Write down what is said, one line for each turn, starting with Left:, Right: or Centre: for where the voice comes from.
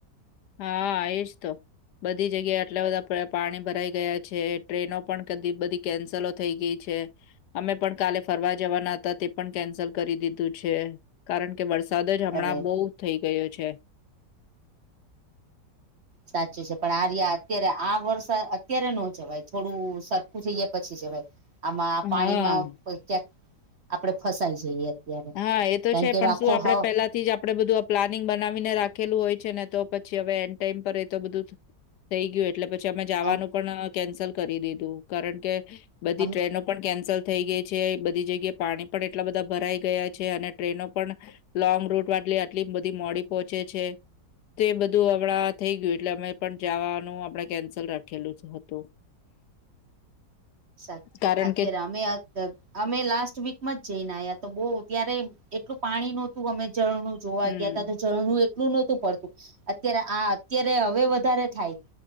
Left: હા એજ તો- બધી જગ્યા આટલા બધા પ્ર પાણી ભરાઈ ગયા છે ટ્રેનો પણ કદી બધી- કેન્સલો થઈ ગઈ છે. અમે પણ કાલે ફરવા જવાના હતા તે પણ કેન્સલ કરી દીધું છે. કારણ કે વરસાદ જ હમણાં
Right: અરે
Left: બહુ થઇ ગયો છે.
Right: સાચું છે પણ આ રિયા- અત્યારે આ વરસા અત્યારે નો જવાય થોડું સરખું થઈ જાય પછી જવાય- આમાં
Left: હા,
Right: પાણીમાં ક્યાંક આપડે ફસાય જઈએ અત્યારે
Left: હા એ તો
Right: કારણ
Left: છે
Right: કે
Left: પણ
Right: એનો આખો
Left: શું આપડે
Right: હાવ
Left: પેલા થી જ આપડે બધું આ પ્લાનિંગ બનાવીને રાખેલું હોય છે, ને તો પછી હવે એન્ડ ટાઈમ પર એ તો બધુંજ થઈ ગીયું એટલે પછી આમે જવાનું
Right: આમ
Left: પણ કેન્સલ કરી દીધું, કારણ કે બધી
Right: આમ
Left: ટ્રેનો પણ કેન્સલ થઈ ગઈ છે, બધી જગ્યાએ પાણી પણ એટલા બધા ભરાય ગયા છે અને ટ્રેનો પણ લોંગ રૂટ વાટલે આટલી બધી મોડી પોંચે છે. તે એ બધું અવળા થઈ ગીયું એટલે અમે પણ જાવાનું આપણે કેન્સલ રાખેલું જ હતું. <inaudible>
Right: સા
Left: કારણ
Right: અત્યારે
Left: કે
Right: અમે આ ત અમે લાસ્ટ વીકમાં જઈને આયા, તો બઉ ત્યારે એટલું પાણી નોતું હમે જ જોવા
Left: હમ્મ,
Right: ગ્યાતા તો ઝરણું એટલું નોતું પડતું, અત્યારે આ અત્યારે અવે વધારે થાય.